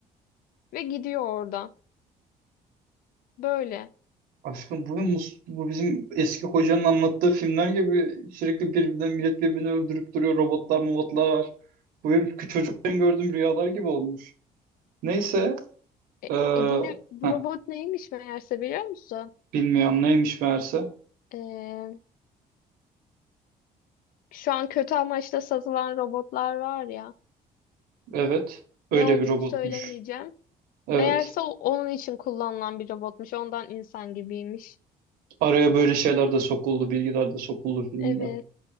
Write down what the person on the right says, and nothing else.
Aşkım bu, mus- bu bizim eski hocanın anlattığı filmler gibi sürekli birbirinden millet birbirini öldürüp duruyor. Robotlar, mobotlar var. Bu benim kü- çocukken gördüğüm rüyalar gibi olmuş. Neyse.
Ee,
heh,
bilmiyorum neymiş meğerse.
Evet. Öyle
bir robotmuş.
Evet.
Araya böyle şeyler de sokuldu, bilgiler de sokuldu filmde.